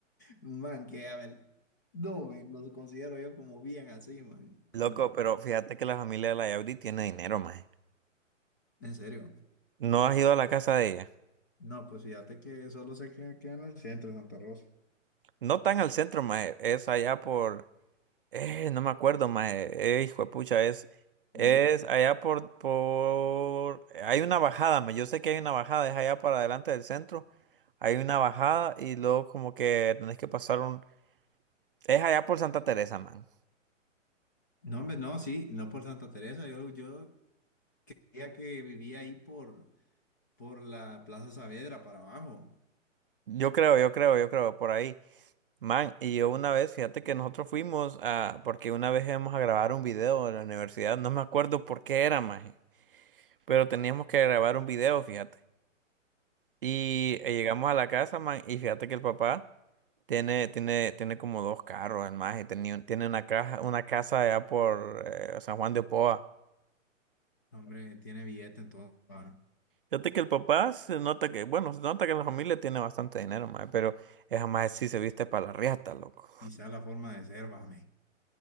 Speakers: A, on the left; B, on the right.
A: Man, que a ver, no, men, los considero yo como bien así, man,
B: Loco,
A: como,
B: pero fíjate que la familia de la Yaudi tiene dinero, mae.
A: en serio.
B: No has ido a la casa de ella.
A: No, pues fíjate que solo sé que queda en el centro de Santa Rosa.
B: No tan al centro, mae. Es allá por Eh, no me acuerdo, mae. Eh, hijo de pucha, es, es
A: No,
B: allá por, por... Hay una bajada, mae. Yo sé que hay una bajada, es allá para adelante del centro. Hay una bajada y luego como que tenés que pasar un... Es allá por Santa Teresa, man.
A: hombre, no, sí, no por Santa Teresa, yo, yo Creía que vivía ahí por, por la Plaza Saavedra para abajo.
B: Yo creo, yo creo, yo creo, por ahí. Man, y yo una vez, fíjate que nosotros fuimos a... Porque una vez íbamos a grabar un video de la universidad, no me acuerdo por qué era, mae. Pero teníamos que grabar un video, fíjate. Y eh, llegamos a la casa, man, y fíjate que el papá tiene, tiene, tiene como dos carros, el más, y tenía un- tiene una caja, una casa allá por eh, San Juan de Opoa.
A: Hombre, tiene billete entonces. va.
B: Fíjate que el papá se nota que, bueno, se nota que la familia tiene bastante dinero, man, pero esa más sí se viste para la riata, loco.
A: Quizá la forma de ser, vame.